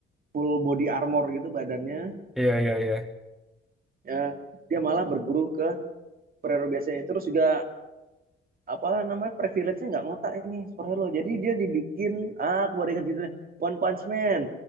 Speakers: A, on the right; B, in the centre.
A: full body armor gitu badannya
B: Iya, iya, iya.
A: ya dia malah berguru ke superhero biasanya terus juga apa namanya privilege-nya nggak ngotak ini superhero jadi dia dibikin ah aku baru ingat judulnya One Punch Man